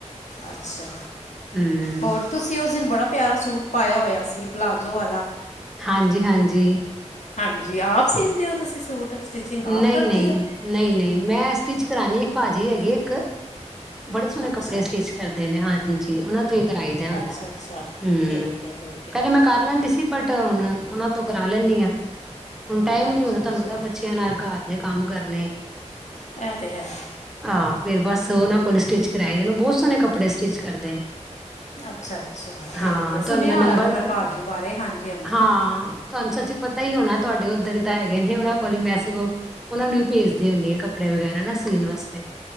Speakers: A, on the left; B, in the centre.
A: ਅੱਛਾ,
B: ਹਮ
A: ਹੋਰ? ਤੁਸੀਂ ਉਸ ਦਿਨ ਬੜਾ ਪਿਆਰਾ ਸੂਟ ਪਾਇਆ ਹੋਇਆ ਸੀ। ਪਲਾਜ਼ੋ ਵਾਲਾ।
B: ਹਾਂਜੀ, ਹਾਂਜੀ।
A: ਹਾਂਜੀ, ਆਪ ਸੀਦੇ ਹੋ ਤੁਸੀਂ ਸੂਟ। ਸਟਿਚਿੰਗ ਆਪ
B: ਨਹੀਂ,
A: ਕਰਦੇ
B: ਨਹੀਂ,
A: ਹੋ
B: ਨਹੀਂ, ਨਹੀਂ। ਮੈਂ ਸਟਿਚ ਕਰਾਉਣੀ ਭਾਜੀ ਹੈਗੀ ਇੱਕ ਬੜੇ ਸੋਹਣੇ
A: ਅੱਛਾ
B: ਕੱਪੜੇ ਸਟਿਚ ਕਰਦੇ ਨੇ ਹਾਂਜੀ, ਉਹਨਾਂ ਤੋਂ ਹੀ ਕਰਈ ਦੇ ਹੁੰਦਾ।
A: ਅੱਛਾ ਅੱਛਾ
B: ਹਮ
A: ਠੀਕ ਹੈ ਠੀਕ ਹੈ
B: ਪਹਿਲੇ ਮੈਂ ਕਰ ਲੈਂਦੀ ਸੀ, ਬਟ ਹੁਣ ਉਹਨਾਂ ਤੋਂ ਕਰਾ ਲੈਂਦੀ ਹਾਂ। ਹੁਣ ਟਾਈਮ
A: ਅੱਛਾ
B: ਨੀ ਮਤਦਾ ਤੁਹਾਨੂੰ‌
A: ਅੱਛਾ
B: ਪਤਾ ਬੱਚਿਆਂ ਨਾਲ ਘਰ ਦੇ ਕੰਮ ਕਰਨੇ
A: ਇਹ ਤੇ ਹੈ।
B: ਆਹ, ਫੇਰ ਬਸ ਉਹਨਾਂ ਕੋਲ ਸਟਿਚ ਕਰਵਾਏ‌ ਦੇਨ, ਬਹੁਤ ਸੋਹਣੇ ਕੱਪੜੇ ਸਟਿਚ ਕਰਦੇ ਨੇ।
A: ਅੱਛਾ-ਅੱਛਾ ਠੀਕ
B: ਹਾਂ
A: ਹੈ।
B: ਤੁਹਾਨੂੰ
A: ਸੁਣਿਆ ਹੋਇਆ‌
B: ਨੰਬਰ
A: ਮੈਂ, ਮੈਂ
B: ਦਾ
A: ਭਾਅ ਜੀ ਬਾਰੇ ਹਾਂਜੀ- ਹਾਂਜੀ।
B: ਹਾਂ ਤੁਹਾਨੂੰ ਸੱਚੀ ਪਤਾ ਹੀ ਹੋਣਾ ਤੁਹਾਡੇ, ਉੱਧਰ ਹੀ ਤਾਂ ਹੈਗੇ ਨੇ ਉਹਨਾਂ ਕੋਲ ਮੈਂ ਸਗੋਂ ਉਹਨਾਂ ਨੂੰ ਵੀ ਭੇਜਦੀ ਹੁੰਦੀ ਹੈ। ਕੱਪੜੇ ਵਗੈਰਾ ਨਾ ਸੀਣ ਵਾਸਤੇ।